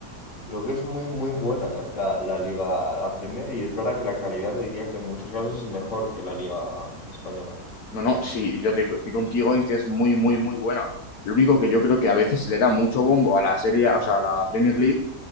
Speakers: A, on the left; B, on the left.
A: creo que es muy muy buena, ¿eh? la, la Liga, la Premier, y es verdad que la calidad te diría que en muchos casos es mejor que la Liga española.
B: no, no, sí, yo te, estoy contigo en que es muy, muy, muy buena. Lo único que yo creo que a veces se le da mucho bombo a la serie, o sea, a la Premier League,